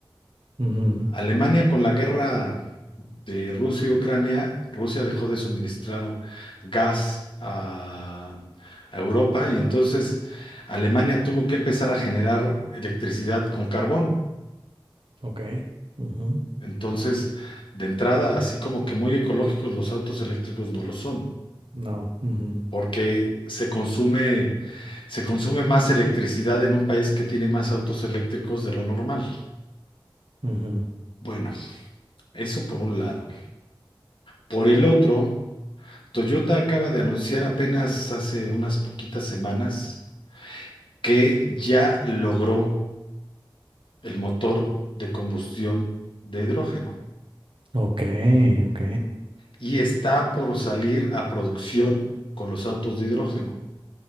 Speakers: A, on the right; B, on the left.
A: ujú,
B: Alemania con la guerra de Rusia y Ucrania, Rusia dejó de suministrar gas a, a Europa y entonces Alemania tuvo que empezar a generar electricidad con carbón.
A: ok, ujú,
B: Entonces, de entrada, así como que muy ecológicos los autos eléctricos no lo son,
A: no, ujú,
B: porque se consume, se consume más electricidad en un país que tiene más autos eléctricos de lo normal.
A: ujú,
B: Bueno, eso por un lado. Por el otro, Toyota acaba de anunciar apenas hace unas poquitas semanas que ya logró el motor de combustión de hidrógeno
A: ok, ok,
B: y está por salir a producción con los autos de hidrógeno.